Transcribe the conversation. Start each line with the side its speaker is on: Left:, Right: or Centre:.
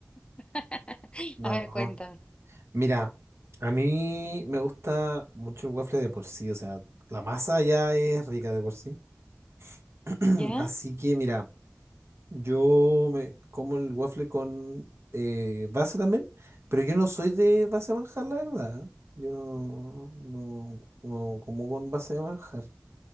Left: <laughs>
Right: No.
Left: A ver, cuéntame.
Right: no. Mira, a mí me gusta mucho el waffle de por sí, o sea, la masa ya es rica de por sí. <clears throat>
Left: ¿Ya?
Right: Así que, mira. Yo me como el waffle con eh, base también, pero yo no soy de base de manjar, la verdad. Yo no, no, no como con base de manjar,